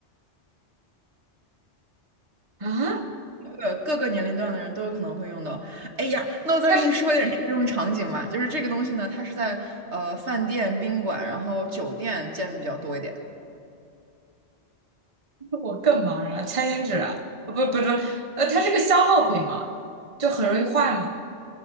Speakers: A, on the right; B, on the right.
A: 啊，
B: 呃，各个年龄段的人都有可能会用到。哎呀，那我再给你说一点实用场景吧，
A: 它是
B: 就是这个东西呢，它是在呃饭店、宾馆，然后酒店见的比较多一点。
A: 我更茫然了餐巾纸啊，呃不不不，呃，它是个消耗品吗？就很容易坏嘛。